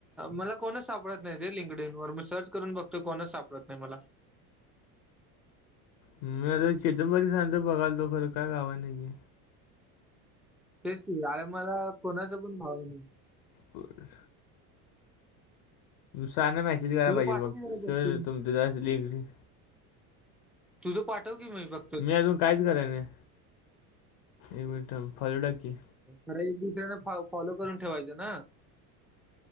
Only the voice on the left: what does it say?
मी आता चेेतंबरी सांगतो बघाल तो खर काय कामाचा नाहीये.
बर सरांना मेसेज कराय
पाहिजे
बघ.
सर
तुमच जरास लिंक डिंक
मी अजून कायच कराय नाही. एक मिनिट थांब. फॉलो टाक की.